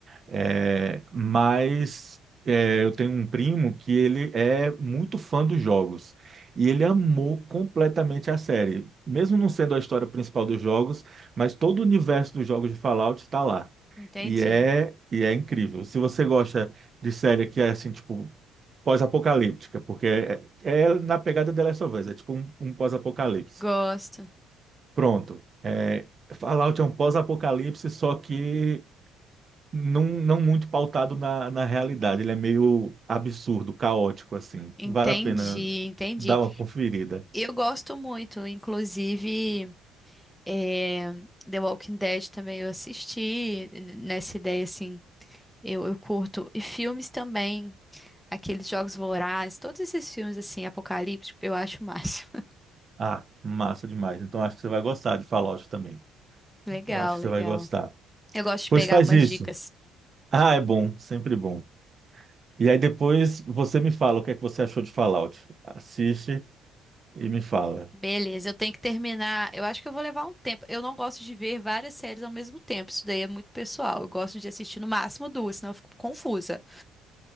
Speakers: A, on the right; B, in the centre.
A: É, mas é, eu tenho um primo que ele é muito fã dos jogos e ele amou completamente a série, mesmo não sendo a história principal dos jogos, mas todo o universo dos jogos de Fallout está lá.
B: <laughs> Entendi.
A: E é, e é incrível. Se você gosta de série que é assim, tipo, pós-apocalíptica, porque é, é na pegada The Last of Us, é tipo um, um pós-apocalipse.
B: Gosto.
A: Pronto. É, Fallout é um pós-apocalipse, só que não, não muito pautado na, na realidade. Ele é meio absurdo, caótico, assim.
B: Entendi,
A: Vale a pena
B: entendi.
A: dar uma conferida.
B: Eu gosto muito, inclusive, é, The Walking Dead também eu assisti n- nessa ideia assim. Eu, eu curto. E filmes também. Aqueles Jogos Vorazes, todos esses filmes assim, apocalípticos, eu acho o máximo.
A: Ah, massa demais. Então acho que você vai gostar de Fallout também.
B: <laughs> Legal,
A: Eu acho que
B: legal.
A: você vai gostar.
B: Eu gosto de
A: Pois
B: pegar
A: faz
B: umas
A: isso.
B: dicas.
A: Ah, é bom, sempre bom. E aí depois você me fala o que é que você achou de Fallout. Assiste e me fala.
B: Beleza, eu tenho que terminar. Eu acho que eu vou levar um tempo. Eu não gosto de ver várias séries ao mesmo tempo. Isso daí é muito pessoal. Eu gosto de assistir no máximo duas, senão eu fico confusa.